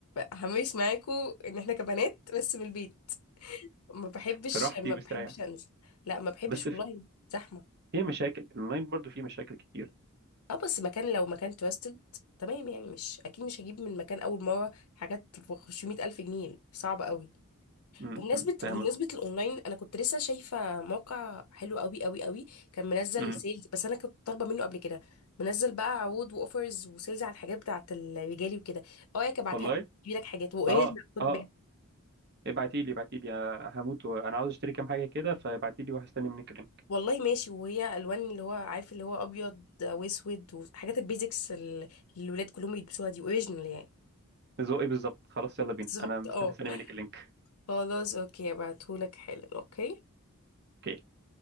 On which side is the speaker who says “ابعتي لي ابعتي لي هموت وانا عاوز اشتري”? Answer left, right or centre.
Right